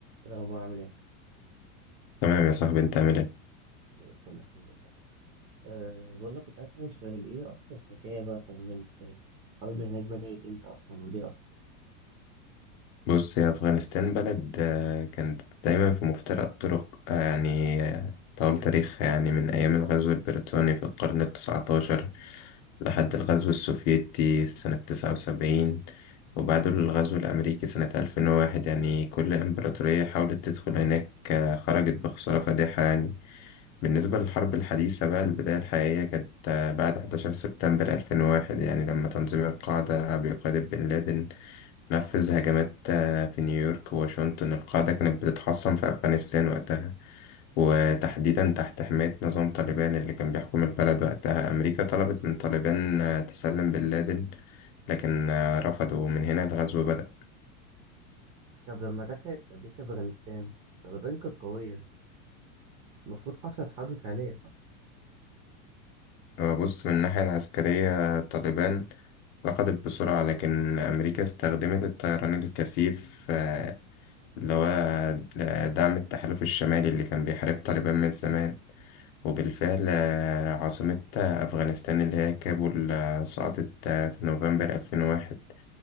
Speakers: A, on the right; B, on the left.
A: إيه الأخبار عامل إيه؟
B: تمام يا صاحبي انت عامل ايه
A: زي الفل الحمد لله أه بقول لك كنت عايز أسألك سؤال إيه أصل الحكاية بقى في أفغانستان؟ الحرب هناك بدأت إمتى أصلا وليه أصلا؟
B: بص يا افغانستان بلد آه، كانت دايما في مفترق الطرق آه، يعني آه، طول تاريخها يعني من ايام الغزو البريطاني في القرن التسعتاشر لحد الغزو السوفيتي سنة تسعة وسبعين وبعده الغزو الامريكي سنة الفين وواحد يعني كل امبراطورية حاولت تدخل هناك آه، خرجت بخسارة فادحة يعني بالنسبة للحرب الحديثة بقى البداية الحقيقية كانت آه، بعد 11 سبتمبر 2001 يعني لما تنظيم القاعدة بقيادة بن لادن نفذ هجمات آه، في نيويورك وواشنطن القاعدة كانت بتتحصن في أفغانستان وقتها وتحديدا تحت حماية نظام طالبان اللي كان بيحكم البلد وقتها أمريكا طلبت من طالبان آه، تسلم بن لادن لكن آه، رفضوا ومن هنا الغزو بدأ
A: طب لما دخلت أمريكا أفغانستان طالبان كانت قوية المفروض حصلت حرب فعلية صح؟
B: آه، بص من الناحية العسكرية طالبان ركضت بسرعة لكن أمريكا استخدمت الطيران الكثيف آه، اللي هو آه، دعم التحالف الشمالي اللي كان بيحارب طالبان من زمان وبالفعل آه، عاصمة آه، أفغانستان اللي هي كابول آه، سقطت آه، في نوفمبر 2001